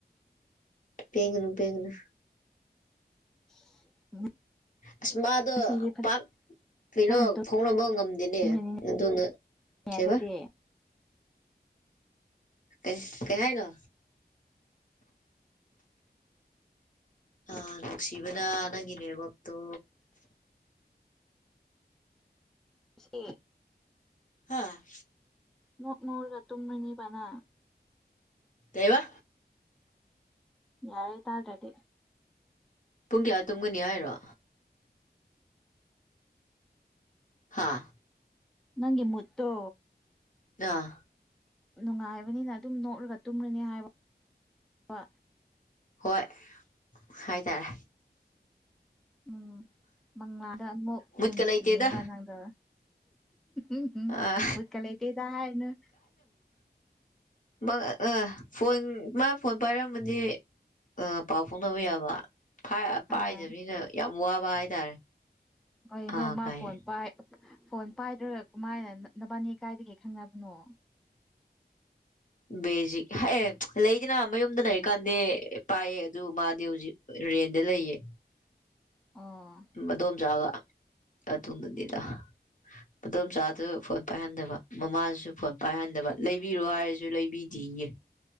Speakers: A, on the left (about 50°); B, in the centre.
A: ꯄꯦꯟꯒꯅꯨ ꯄꯦꯟꯒꯅꯨ
B: <inaudible>
A: ꯑꯁꯃꯗ
B: ꯉꯁꯤꯗꯤ
A: ꯄ ꯀꯩꯅꯣ
B: ꯐꯖꯅ
A: ꯐꯣꯡꯅꯕ ꯉꯝꯗꯦꯅꯦ
B: ꯇꯨꯝꯔꯅꯤꯅꯦ
A: ꯑꯗꯨꯅ ꯗ꯭ꯔꯥꯏꯚ
B: ꯑꯗꯨꯗꯤ
A: ꯀꯩ ꯀꯩꯍꯥꯏꯅ
B: <unintelligible>
A: ꯑ ꯅꯨꯡꯁꯤꯕꯅ ꯅꯪꯒꯤꯅꯦꯕꯛꯇꯣ
B: ꯁꯤ
A: ꯍꯥꯥ
B: ꯃꯣꯛ ꯃꯣꯔ ꯀꯥ ꯇꯨꯝ ꯃꯤꯅꯤ ꯄꯅꯥ
A: ꯀꯩ ꯋꯥ
B: ꯌꯥꯏ ꯇꯥꯟꯗ꯭ꯔꯗꯤ
A: ꯄꯨꯡ ꯀꯌꯥ ꯇꯨꯡꯒꯅꯤ ꯍꯥꯏꯔꯣ ꯍꯥꯥ
B: ꯅꯪꯒꯤ ꯃꯠꯇꯣ
A: ꯑꯥ
B: ꯅꯨꯡꯉꯥꯏꯕꯅꯤꯅ ꯑꯗꯨꯝ ꯅꯣꯛꯂꯒ ꯇꯨꯝꯔꯅꯤ ꯍꯥꯏꯕ
A: ꯍꯣꯏ ꯍꯥꯏꯇꯥꯔꯦ
B: ꯎꯝ ꯃꯪꯂꯥꯗ ꯑꯃꯨꯛ
A: ꯃꯨꯠꯀ
B: ꯎꯟꯈꯤꯅꯦꯕ
A: ꯂꯩꯇꯦꯗ
B: ꯅꯪꯗ ꯎꯝꯝꯝ
A: ꯑ
B: ꯎꯀꯂꯦꯇꯗ ꯍꯥꯏ ꯍꯥꯏꯅ
A: ꯃ ꯑ ꯐꯣꯟ ꯃꯥ ꯐꯣꯟ ꯄꯥꯏꯔꯝꯃꯗꯤ ꯄꯥꯎ ꯐꯥꯎꯅꯕ ꯌꯥꯕ ꯄꯥꯏꯗꯕꯅꯤꯅ
B: ꯑꯥ
A: ꯌꯥꯝ ꯋꯥꯕ ꯍꯥꯏꯇꯥꯔꯦ
B: ꯀꯩꯅꯣ
A: ꯑꯥ
B: ꯃꯥ
A: ꯀꯥꯏ
B: ꯐꯣꯟ ꯄꯥꯏ ꯐꯣꯟ ꯄꯥꯏꯗ꯭ꯔꯒ ꯀꯃꯥꯏꯅ ꯅꯕꯥꯅꯤ ꯀꯥꯏꯗꯒꯩ ꯈꯪꯅꯕꯅꯣ
A: ꯕꯦꯖꯤꯛ ꯍꯥꯏ ꯑꯦ ꯂꯩꯗꯅ ꯃꯌꯨꯝꯗ ꯂꯩꯔꯤ ꯀꯥꯟꯗꯤ ꯄꯥꯏꯌꯦ ꯑꯗꯨ ꯃꯥꯗꯤ ꯍꯧꯖꯤꯛ ꯔꯦꯟꯗ ꯂꯩꯌꯦ
B: ꯑꯣ
A: ꯃꯗꯣꯝ ꯆꯥꯒ ꯑꯗꯨꯗꯨꯅꯤꯗ ꯑꯗꯣꯝꯆꯥꯗꯨ ꯐꯣꯟ ꯄꯥꯏꯍꯟꯗꯕ ꯃꯃꯥꯁꯨ ꯐꯣꯟ ꯄꯥꯏꯍꯟꯗꯕ ꯂꯩꯕꯤꯔꯣ ꯍꯥꯏꯔꯁꯨ ꯂꯩꯕꯤꯗ ꯉꯦ